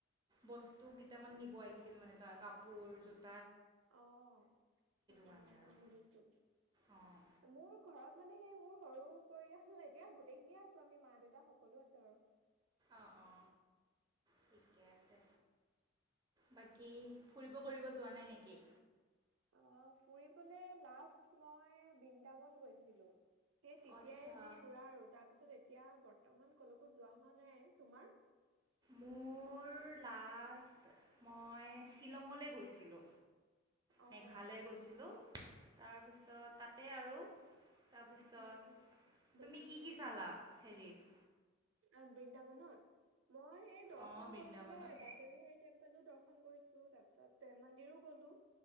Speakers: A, on the right; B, on the right.
A: বস্তু মানে নিব আহিছিল মানে তাৰ কাপোৰযোত
B: অ সেইকাৰণে
A: কাৰণে আৰু
B: অ বুজিছোঁ
A: অঁ
B: মোৰ ঘৰত মানে সেই মোৰ সৰু পৰিয়াল এতিয়া গোটেইখিনিয়ে আছোঁ আমি মা দেউতা সকলো আছে বাৰু
A: অ অ ঠিকে আছে বাকী ফুৰিব কৰিব যোৱা নাই নেকি
B: অ ফুৰিবলৈ লাষ্ট মই বৃন্দাবন গৈছিলোঁ সেই তেতিয়াই
A: আচ্ছা
B: যি ফুৰা আৰু তাৰ পিছত এতিয়া বৰ্তমান কলকো যোৱা হোৱা নাই তোমাৰ
A: মোৰ লাষ্ট মই শ্বিলঙলৈ গৈছিলোঁ
B: অ
A: মেঘালয় গৈছিলো তাৰপিছত তাতে আৰু তাৰপিছত
B: উম, বুজিছো
A: তুমি কি কি চালা হেৰিত
B: অ বৃন্দাবনত মই এই দৰ্শন
A: অঁ বৃন্দাবনত
B: কৰিবলৈ বাকে বিহাৰী টেম্প পালোঁ দৰ্শন কৰিছোঁ তাৰ পিছত প্ৰেম মন্দিৰো গলো